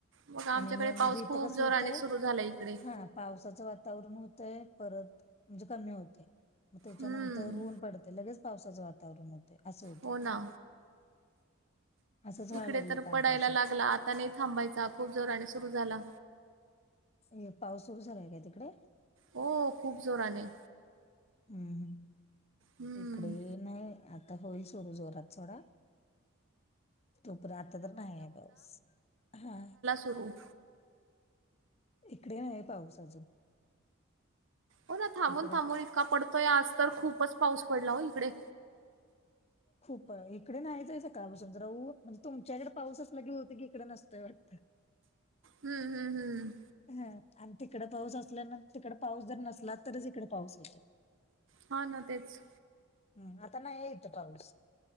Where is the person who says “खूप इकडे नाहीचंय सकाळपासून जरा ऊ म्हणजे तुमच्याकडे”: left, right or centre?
Left